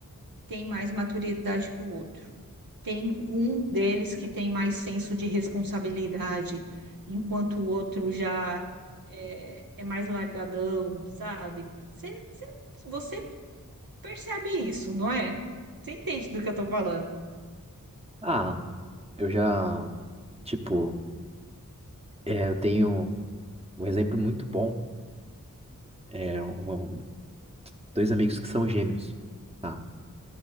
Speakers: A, on the right; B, on the right.
A: tem mais maturidade que o outro. Tem um deles que tem mais senso de responsabilidade, enquanto o outro já é, é mais largadão, sabe? Você, você, você percebe isso, não é? Você entende do que eu tô falando?
B: Ah, eu já, tipo, é, eu tenho. Um exemplo muito bom é um- um- dois amigos que são gêmeos, tá?